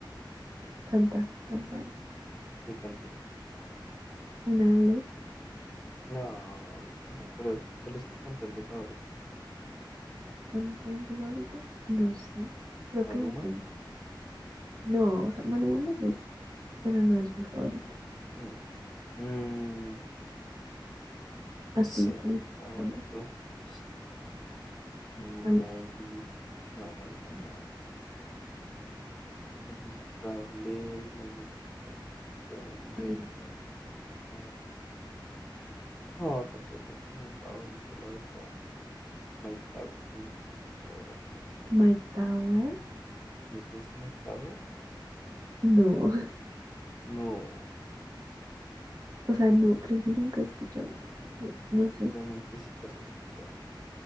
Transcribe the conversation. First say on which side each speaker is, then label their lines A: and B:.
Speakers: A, on the right; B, in the centre.
A: Canta, canta. eh.
B: ¿Qué cantó?
A: Una vez,
B: No, ahorita no, pero ¿cuál es tu cantante favorito?
A: cantante favorito, no sé, creo
B: ¿Maluma?
A: que no tengo. No, o sea, Maluma me gusta, pero no es mi favorito.
B: Mm, mm, no
A: ¿A
B: sé,
A: ti cuál es
B: mi
A: tu
B: favorito.
A: cantante favorito?
B: Ay, mm,
A: Maluma,
B: Maybe. No, Maluma no. Me gusta Bless, me gusta Benjair,
A: mm,
B: me gusta. No, tampoco tengo como un favorito, la verdad. Mike Towers también tiene severas canciones.
A: Mike Tower,
B: ¿No te gusta Mike Towers?
A: no, <laughs>
B: No,
A: o sea, no, creo que nunca he escuchado una canción, no sé.
B: seguramente sí las he escuchado.